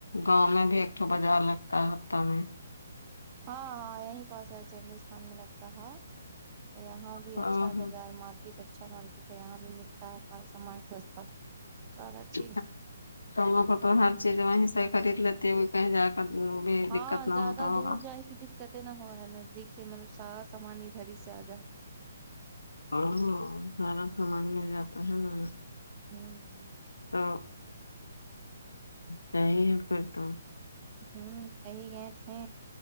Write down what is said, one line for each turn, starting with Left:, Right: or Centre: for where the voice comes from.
Left: گاؤں میں بھی ایکٹو بازار لگتا ہے ہفتہ میں
Right: ہاں ہاں یہیں پہس ہے چڈیتھان میں لگتا تو ہی یہاں بھی
Left: ہاں
Right: اچھا
Left: ہاں
Right: بازار مارکیٹ اچ اچھا مارکیٹ ہے یہاں بھی ملتا ہے سارا سامان سستا سارا
Left: تو
Right: چیز
Left: وہ پ تو
Right: ہوں
Left: ہر چیز وہیں سے خرید لیتی کہیں جا کر بھی
Right: ہاں
Left: دقت نہ ہوتا
Right: زیادہ
Left: ہوگا
Right: دور جائے گی دیک دقتیں نا ہو رہا ہے نزدیک سے مطلب سارا سامان ادھر ہی سے آ جا
Left: اوہو سارا سامان مل جاتا ہے نا
Right: ہاں جی
Left: تو صحیح ہے پھر تو
Right: ہمم یہی گئے تھے